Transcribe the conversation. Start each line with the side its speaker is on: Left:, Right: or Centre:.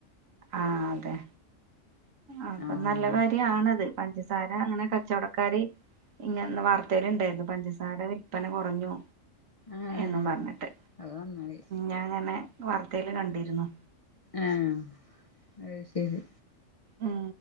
Right: ആ അതെ. അപ്പൊ
Left: ആഹ്
Right: നല്ല കാരിയാണത് പഞ്ചസാര അങ്ങനെ കച്ചവടക്കാര് ങ്ങന വാർതേല് ണ്ടായിരുന്നു പഞ്ചസാര വില്പ്പന കൊറഞ്ഞു.
Left: ഏഹ്
Right: എന്നും പറഞ്ഞിട്ട്,
Left: അത് നന്നായി
Right: ഞാൻ ങ്ങനെ വാർതേല് കണ്ടിരുന്നു.
Left: ആഹ് അത് ശരി.
Right: ഉം